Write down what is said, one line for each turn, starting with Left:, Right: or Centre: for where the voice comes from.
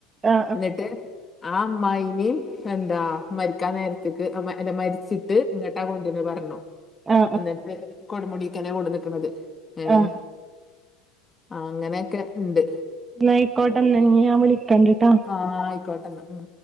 Right: ആ ആ
Left: ഇന്നട്ട് ആ അമ്മായിനിം എന്താ മരിക്കാൻ നേരത്ത്ക്ക് അല്ല മരിച്ചിട്ട് ഇങ്ങട്ടാ കൊ പറഞ്ഞു
Right: ആ ആ
Left: എന്നിട്ട് കൊടുമുടിക്കന്നെ കൊടുന്നിക്ക്ണത് ഏഹ്
Right: ആ ആ
Left: ആഹ് അങ്ങനെയൊക്കെ ഉണ്ട്
Right: ഇന്നാ അയ്ക്കോട്ടെന്നാ ഞ്ഞി ഞാൻ വിളിക്കണ്ട് ട്ടോ
Left: ആഹ് അയിക്കോട്ടെന്നാ ഉം